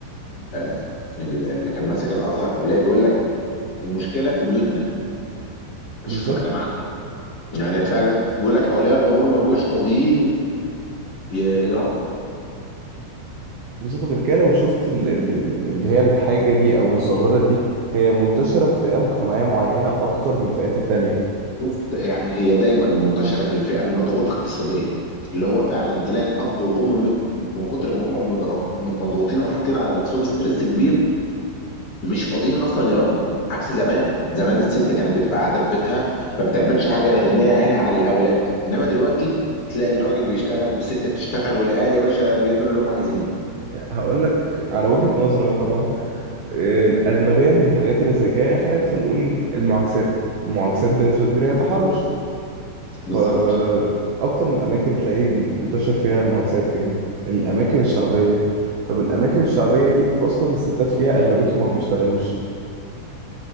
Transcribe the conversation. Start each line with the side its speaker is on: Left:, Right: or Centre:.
Left: آه، اللي كان ماسك الازهر قبلها بيقول لك المشكله في بيوتنا مش
Right: بالظبط
Left: في مجتمعنا يعني فعلا بيقول لك اولياء الامور ما بيبقوش فاضيين ي- يربوا
Right: بالظبط غير كده لو شفت ال- ال- ال- اللي هي الحاجه دي او الظاهره دي هي منتشره في فئه مجتمعيه معينه اكتر من الفئات التانية
Left: بص، يعني هي دايما منتشره في الفئه المضغوطه اقتصاديا اللي هو فعلا تلاقي الاب والام م- من كتر ما هم مضغط- مضغوطين وحاطين على نفسهم ستريس كبير مش فاضيين اصلا يربوا عكس زمان زمان الست كانت بتبقى قاعده في بيتها ما بتعملش حاجه غير ان هي عينها على الاولاد انما دلوقتي تلاقي الراجل بيشتغل والست بتشتغل والعيال يا باشا بيعملوا اللي هم عايزينه
Right: هقول لك على وجهه نظري انا طبعا الأغلبية من الحاجات اللي زي كده يعني خلينا مثلا نقول المعاكسات المعاكسات بنسبة كبيرة هي تحرش
Left: بالظبط
Right: فأكتر من أماكن تلاقي منتشر فيها المعاكسات فين؟ الأماكن الشعبية طب الأماكن الشعبية دي أصلا الستات فيها أغلبيتهم ما بيشتغلوش